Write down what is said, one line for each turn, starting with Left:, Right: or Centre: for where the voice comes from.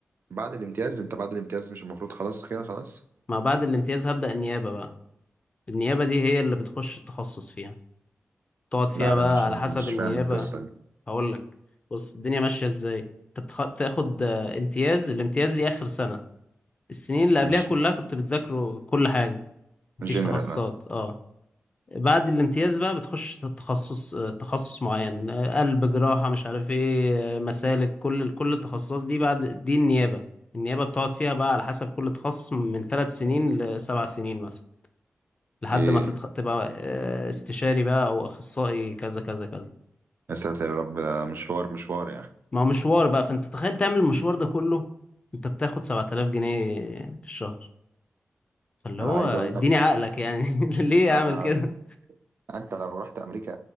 Right: بعد الامتياز انت بعد الامتياز مش المفروض خلاص كده خلاص
Left: ما بعد الامتياز هبدأ النيابة بقى النيابة دي هي اللي بتخش التخصص فيها تقعد فيها
Right: لا انا
Left: بقى
Right: مش
Left: على
Right: مش
Left: حسب النيابة
Right: فاهم القصة دي
Left: هقول لك بص الدنيا ماشية ازاي انت بتخ... بتاخد آه، امتياز الامتياز دي آخر سنة السنين اللي قبلها
Right: ماشي
Left: كلها كنت بتذاكره كل حاجة مفيش
Right: جنرال
Left: تخصصات اه بعد الامتياز بقى بتخش تخصص تخصص معين آه، قلب جراحة مش عارف ايه آه، مسالك كل كل التخصصات دي بعد دي النيابة النيابة بتقعد فيها بقى على حسب كل تخصص من ثلاث سنين لسبع سنين مثلا لحد
Right: اوكي
Left: ما تتخ... تبقى آه، استشاري بقى او اخصائي كذا كذا كذا
Right: يا ساتر يا رب ده مشوار مشوار يعني
Left: ما هو مشوار بقى فانت تخيل تعمل المشوار ده كله انت بتاخد 7000 جنيه في الشهر فاللي
Right: انا
Left: هو
Right: عايز
Left: اديني
Right: اقول لك
Left: عقلك يعني <laughs> ليه
Right: آه
Left: اعمل كده
Right: انت لو رحت امريكا